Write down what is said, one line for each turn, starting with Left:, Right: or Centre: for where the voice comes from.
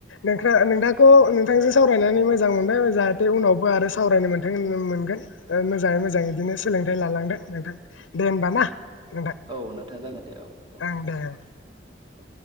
Left: नों नोंथांखौ नोंथांजों सावरायनानै मोजां मोनबाय जाहाथे उनावबो आरो सावरायनो मोथों मोनगोन मोजाङै मोजां। बिदिनो सोलोंथाइ लालांथों नोंथां दे होमबा ना। नोंथां
Right: औ नोंथा जागोन दे औ। औ
Left: ओं दे औ।
Right: औ।